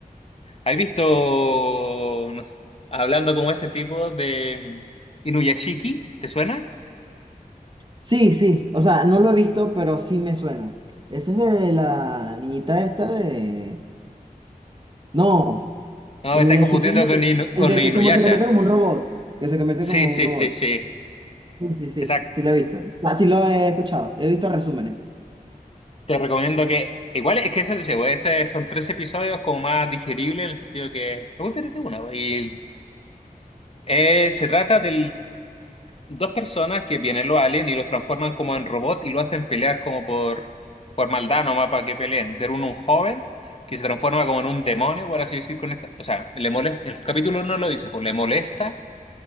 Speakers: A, on the left (about 40°); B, on the right (about 30°).
A: ¿has visto, no sé, hablando como ese tipo de mm, Inuyashiki? ¿Te suena?
B: Sí, sí. O sea, no lo he visto, pero sí me suena. Ese es de la niñita esta de... No.
A: No,
B: Inuyashiki
A: me estás confundiendo
B: es el,
A: con, Inu- con
B: el de
A: Inuyasha.
B: que como se convierte como un robot. Que se convierte
A: Sí,
B: como
A: sí,
B: un robot.
A: sí, sí,
B: Sí, sí, sí.
A: exacto.
B: Sí lo he visto. Ah, sí lo he escuchado. He visto resúmenes.
A: Te recomiendo que, igual es que eso te llevo, ese son tres episodios como más digeribles en el sentido que, no espérate una, y eh, se trata de dos personas que vienen los aliens y los transforman como en robot y lo hacen pelear como por, por maldad nomás para que peleen, que era un, un joven que se transforma como en un demonio, por así decir, con esta, o sea, le molesta, el capítulo uno lo dice, pues le molesta